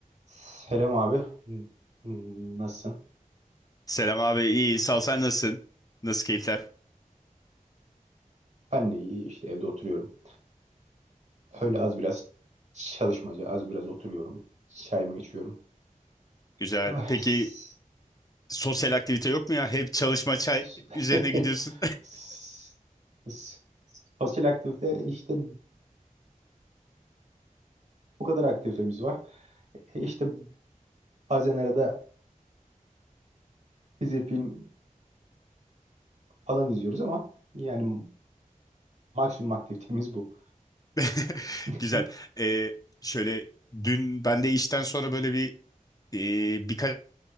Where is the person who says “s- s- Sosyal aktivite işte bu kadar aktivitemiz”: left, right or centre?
Right